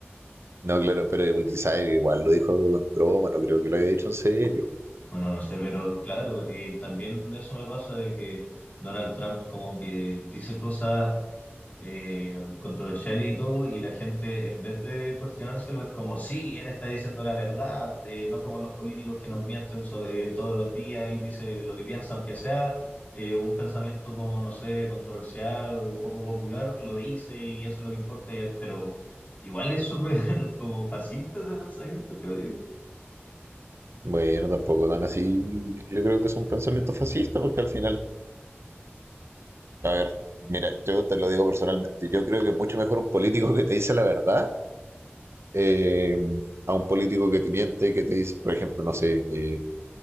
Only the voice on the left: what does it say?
bueno, no sé, pero claro, y también eso me pasa de que Donald Trump como que dice cosas eh, controversiales y todo, y la gente en vez de cuestionárselo es como, sí, él está diciendo la verdad, eh, no como los políticos que nos mienten sobre, eh, todos los días, él dice lo que piensa, aunque sea eh, un pensamiento como, no sé, controversial o poco popular, lo dice y eso es lo que importa, y- pero igual es súper <laughs> como fascista ese pensamiento, creo yo.